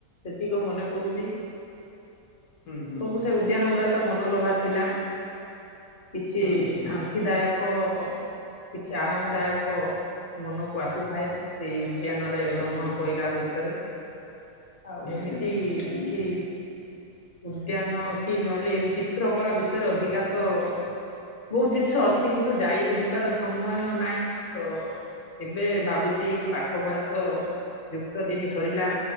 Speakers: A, on the left; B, on the left.
A: ସେତିକ ମନେ ପଡୁଛି।
B: ହୁଁ ହୁଁ
A: ସବୁ
B: ହୁଁ
A: ସେ
B: ହୁଁ
A: ଉଦ୍ୟାନ ଗୁଡା ତ ମନଲୋଭା ଥିଲା କିଛି
B: ହୁଁ ହୁଁ
A: ଶା ନ୍ତି
B: ହୁଁ
A: ଦାୟକ କିଛି ଆରାମ ଦାୟକ ମନକୁ ଆସୁଥାଏ ସେଇ ଉଦ୍ୟାନରେ। ସଂଗଣ
B: ହୁଁ।
A: କହିଲା ଭିତରେ ଆଉ ଏମିତି
B: ନିହାତି ନିହାତି
A: କିଛି
B: ହୁଁ ହୁଁ।
A: ଉଦ୍ୟାନ କି ନହେଲେ ଏ ଚିତ୍ର କଳା ବିଷୟରେ ଅଧିକା ତ ବହୁତ ଜିନିଷ ଅଛି କିନ୍ତୁ ଯାଇ ଯିବାର ସମୟ ନାହିଁ ତ ଏବେ ଭାବୁଛି ପାଠ ପଢା ତ ଯୁକ୍ତ ତିନି ସରିଲା